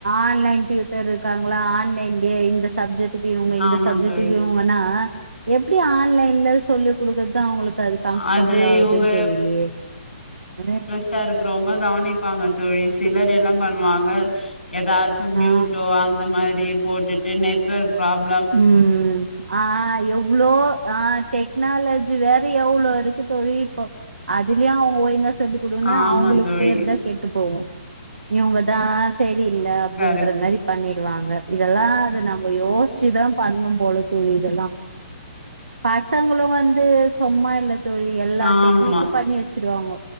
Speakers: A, on the right; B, on the left.
A: ஆன்லைன் டியூட்டர்ருக்காங்களா ஆன்லைன்லே இந்த சப்ஜெ க்ட்டு இவுங்க இந்த
B: ஆமா
A: சப்ஜெக்ட்டுக்கு
B: தோழி
A: இவுங்கனா எப்டி ஆன்லைன்ல சொல்லி குடுக்கற்தா அவுங்களுக்கு அது கம்ஃபர்டபுள்
B: அது
A: ஆவுதுன்னு
B: இவங்க
A: தெரியிலையே <inaudible>
B: ச்ச இருக்கிறவங்க கவனிப்பாங்க தோழி சிலர் என்ன பண்ணுவாங்க ஏதாச் சு மியூட்டோ
A: ஆ
B: அந்த மாரி போட்டுட்டு நெட்ஒர்க் ப்ராப்
A: ம் ஆ எவ்வளோ ஆ டெக் னாலஜி வேற எவ்வளோ இருக்கு தோழி இப்ப அதுலயு அவுங்கங்க ஒய்ங்க சொல்லி குடுக்கனு
B: ஆமா
A: அவுங்களுக்கு
B: தோழி
A: பேருதா கேட்டு போவு இவுங்கதா செரியில்ல அப்டின்ற
B: கரெக்ட்
A: மெரி பண்ணிடுவாங்க இதெல்லா அது நம்ப யோசிச்சுதா பண்ணு போல தோழி இத யெல்லா பசங்களு வந்து சும்மா இல்ல தோழி எல்லா
B: ஆமா
A: டெக்னிக்கு பண்ணி வெச் சிவாங்க